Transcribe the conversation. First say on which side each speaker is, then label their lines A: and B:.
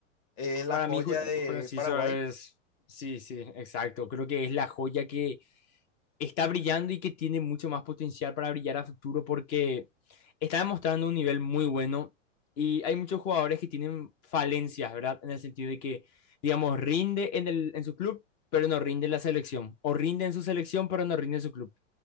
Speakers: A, on the left (about 50°); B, on the left (about 20°).
A: Es la
B: Para
A: joya
B: mí, Ju-
A: de
B: Julio Enciso
A: Paraguay.
B: es. Sí, sí, exacto. Creo que es la joya que está brillando y que tiene mucho más potencial para brillar a futuro porque está demostrando un nivel muy bueno y hay muchos jugadores que tienen falencias, ¿verdad? En el sentido de que, digamos, rinde en, el, en su club, pero no rinde en la selección, o rinde en su selección, pero no rinde en su club.